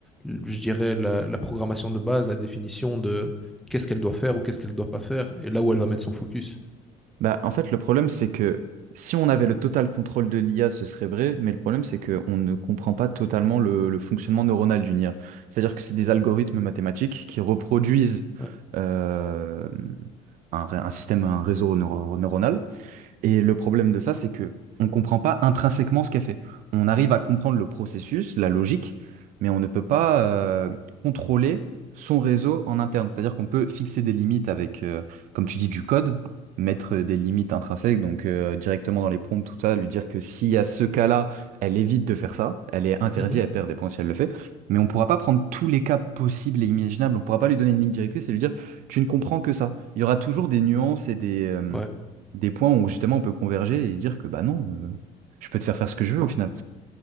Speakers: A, in the centre; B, on the right.
A: je dirais, la, la programmation de base, la définition de qu'est-ce qu'elle doit faire ou qu'est-ce qu'elle doit pas faire, et là où elle va mettre son focus.
B: Bah, en fait, le problème, c'est que si on avait le total contrôle de l'IA, ce serait vrai, mais le problème, c'est qu'on ne comprend pas totalement le, le fonctionnement neuronal d'une IA. C'est-à-dire que c'est des algorithmes mathématiques qui reproduisent
A: Ouais.
B: euh, un, ré- un système, un réseau neuro- neuronal Et le problème de ça, c'est que on ne comprend pas intrinsèquement ce qu'elle fait. On arrive à comprendre le processus, la logique, mais on ne peut pas euh, contrôler son réseau en interne. C'est-à-dire qu'on peut fixer des limites avec, euh, comme tu dis, du code, mettre des limites intrinsèques, donc euh, directement dans les prompts, tout ça, lui dire que s'il y a ce cas-là, elle évite de faire ça, elle est interdite,
A: Mhm.
B: elle perd des points si elle le fait, mais on ne pourra pas prendre tous les cas possibles et imaginables, on ne pourra pas lui donner une ligne directrice et lui dire, tu ne comprends que ça. Il y aura toujours des nuances et des... euh,
A: Ouais.
B: des points où justement on peut converger et dire que bah non, euh, je peux te faire faire ce que je veux au final.